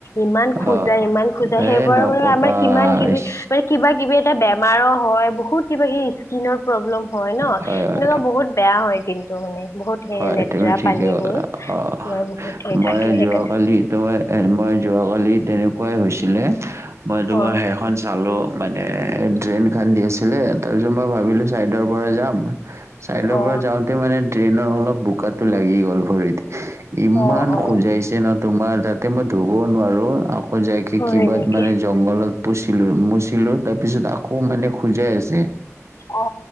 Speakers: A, on the left; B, on the right.
A: ইমান
B: অ',
A: খুঁজাই ইমান খুঁজাই
B: এই
A: সেইবোৰ
B: নক'বা
A: মান আমাৰ কিমান কিবি
B: ইছ।
A: মানে কিবা কিবি এটা বেমাৰো হয়ঁ বহুত কিবা সি স্কিনৰ প্ৰব্লেম হয়ঁ ন
B: হয়, হয়,
A: সনেকুৱা বহুত। বেয়া হয় কিন্তু মানে বহুত। সেই
B: হয়ঁ
A: লেতেৰা
B: তুমি ঠিকে
A: পানীবোৰ
B: কলা অ
A: তোমাৰ বহুত সেই
B: মই
A: থাকে সেইকাৰণে
B: যোৱাকালি তোমাৰ- মই যোৱাকালি তেনেকুৱাই হৈছিলে মই তোমাৰ
A: অ
B: হেখন চালোঁ। মানে ড্ৰেইন খান্দি আছিলে তাৰপিছত মই ভাবিলো চাইডৰ পৰা যাম। চাইডৰ
A: অ
B: পৰা যাওঁতে মানে ট্ৰেইনৰ অলপ বোকাটো লাগি গ'ল ভৰিত। ইমান
A: অ অ
B: খোজাইছে ন তোমাৰ তাতে মই ধুবও নোৱাৰো আকৌ যাইকে
A: হয়
B: কিবা
A: নেকি
B: মানে- জংঘলত পুচিলো মুচিলো তাৰপিছত আকৌ মানে খোজাই আছে।
A: অ